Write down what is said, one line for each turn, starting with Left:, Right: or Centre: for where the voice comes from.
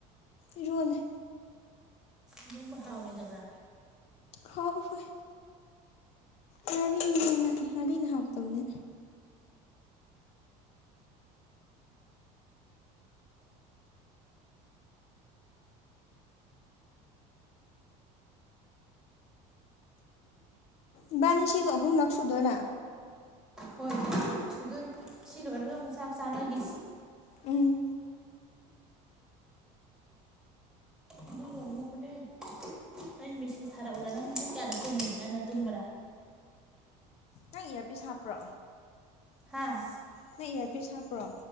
Left: ꯏꯔꯣꯜꯂꯦ꯫
Centre: ꯏꯔꯣꯝꯕ ꯍꯥꯥꯎꯔꯣꯏꯗꯕ꯭ꯔ꯫
Left: ꯍꯥꯎꯔꯣꯏ ꯉꯥꯔꯤꯅꯦꯅ ꯉꯔꯤꯅ ꯍꯥꯎꯇꯝꯅꯦ꯫ ꯏꯕꯥꯅꯤ ꯁꯤꯒ ꯑꯍꯨꯝꯂꯛ ꯁꯨꯗꯣꯏꯔꯥ꯫
Centre: ꯍꯣꯏ ꯁꯨꯗꯣꯏꯅꯦ ꯁꯤ ꯂꯣꯏꯔꯒ ꯑꯃꯨꯛ ꯆꯥꯛ ꯆꯥꯅꯈꯤꯁꯤ꯫
Left: ꯎꯝ
Centre: ꯑꯗꯨꯒ ꯑꯃꯨꯛ ꯍꯣꯔꯦꯟ ꯑꯩ ꯃꯦꯁꯦꯁ ꯊꯥꯔꯛꯎꯔꯥ ꯅꯪ ꯄꯨꯡ ꯀꯌꯥꯗ ꯇꯨꯝꯃꯤ ꯉꯟꯅ ꯇꯨꯝꯕ꯭ꯔꯥ꯫
Left: ꯅꯪ ꯏꯌꯥꯔꯄꯤꯁ ꯍꯥꯞꯄ꯭ꯔꯣ꯫
Centre: ꯍꯥꯥ꯫
Left: ꯅꯪ ꯏꯌꯥꯔꯄꯤꯁ ꯍꯥꯞꯄ꯭ꯔꯣ꯫